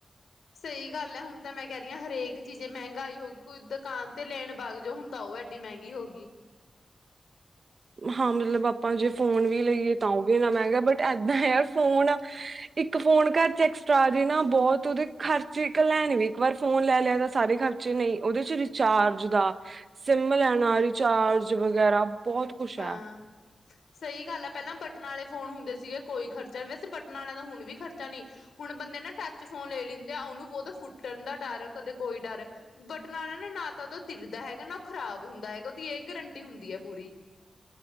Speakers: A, on the left (about 85°); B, on the right (about 60°).
A: ਸਈ ਗੱਲ ਐ ਹੁਨ ਤਾਂ ਮੈਂ ਕੈ ਰਈ ਆਂ ਹਰੇਕ ਚੀਜ਼ ਮੈਂਗਾਈ ਹੋ ਗਈ ਕੋਈ ਦੁਕਾਨ ਤੇ ਲੇਨ ਬਗ ਜੋ ਹੁਨ ਤਾਂ ਓ ਐਡੀ ਮੈਂਗੀ ਹੋਗੀ।
B: ਹਾਂ ਮਤਲਬ ਆਪਾਂ ਜੇ ਫੋਨ ਵੀ ਲਈਏ ਤਾਂ ਓ ਵੀ ਐਨਾ ਮੈਂਗੈ ਬਟ ਏਦਾਂ ਐ ਯਾਰ ਫੋਨ ਇੱਕ ਫੋਨ ਘਰ ਚ ਐਕਸਟਰਾ ਆ ਜੇ ਨਾ ਬਹੋਤ ਓਦੇ ਖਰਚੇ ਕੱਲਾ ਐਂ ਨੀ ਇੱਕ ਵਾਰ ਫੋਨ ਲੈ ਲਿਆ ਤਾਂ ਸਾਰੇ ਖਰ ਚ ਨਈ ਓਦੇ ਚ ਰਿਚਾਰਜ ਦਾ ਸਿੰਮ ਲੈਨਾ ਰਿਚਾਰਜ ਵਗੈਰਾ ਬਹੋਤ ਕੁਛ
A: ਹਾਂ
B: ਹੈ
A: ਸਈ ਗੱਲ ਐ ਪੈਲਾਂ ਬਟਨ ਆਲੇ ਫੋਨ ਹੁੰਦੇ ਸੀਗੇ ਕੋਈ ਖਰਚਾ ਨੀ ਵੈਸੇ ਬਟਨ ਆਲੇਆਂ ਦਾ ਹੁਨ ਵੀ ਖਰਚਾ ਨਈ। ਹੁਨ ਬੰਦੇ ਨਾ ਟੱਚ ਫੋਨ ਲੇ ਲਿੰਦੇ ਆ ਓਨੂੰ ਓਦਾ ਫੁਟਨ ਦਾ ਡਰ ਕਦੇ ਕੋਈ ਡਰ ਬਟਨ ਆਲਾ ਨਾ-ਨਾ ਤਾਂ ਓਦਾ ਤਿੜਦਾ ਹੈਗਾ ਨਾ ਓ ਖਰਾਬ ਹੁੰਦਾ ਹੈਗਾ ਓਦੀ ਏ ਗਰੰਟੀ ਹੁੰਦੀ ਐ ਪੂਰੀ।